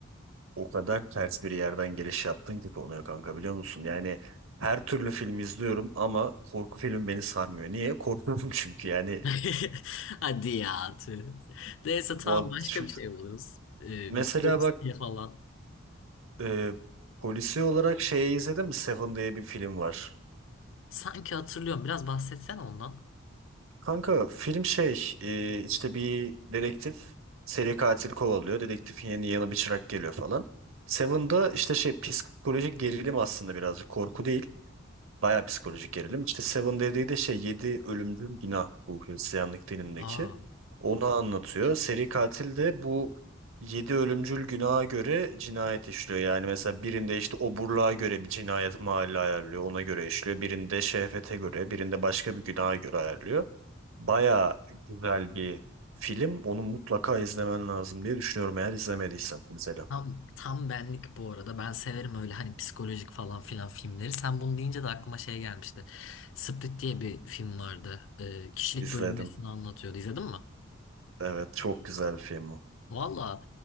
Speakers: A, on the right; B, on the left.
A: O kadar ters bir yerden giriş yaptın ki konuya kanka biliyor musun? Yani her türlü film izliyorum ama korku filmi beni sarmıyor. Niye? Korkuyorum <laughs> çünkü yani.
B: <laughs> Hadi ya. tüh. Neyse tamam
A: Va-
B: başka
A: şu-
B: bir şey buluruz. Ee,
A: Mesela
B: bu polis
A: bak
B: diye falan.
A: e, polisi olarak şeyi izledin mi? Seven diye bir film var.
B: Sanki hatırlıyorum. Biraz bahsetsen ondan.
A: Kanka film şey e, işte bir dedektif seri katil kovalıyor. Dedektifin yeni yanı bir çırak geliyor falan. Seven'da işte şey psikolojik gerilim aslında birazcık korku değil. Bayağı psikolojik gerilim. İşte Seven dediği de şey 7 ölümcül günah bu Hristiyanlık dinindeki.
B: Aa.
A: Onu anlatıyor. Seri katil de bu 7 ölümcül günaha göre cinayet işliyor. Yani mesela birinde işte oburluğa göre bir cinayet mahalli ayarlıyor. Ona göre işliyor. Birinde şehvete göre, birinde başka bir günaha göre ayarlıyor. Baya güzel bir film. Onu mutlaka izlemen lazım diye düşünüyorum eğer izlemediysen mesela.
B: Tam, tam benlik bu arada. Ben severim öyle hani psikolojik falan filan filmleri. Sen bunu deyince de aklıma şey gelmişti. Split diye bir film vardı. Ee, kişilik
A: İzledim.
B: bölünmesini anlatıyordu. İzledin mi?
A: Evet çok güzel bir film o.
B: Valla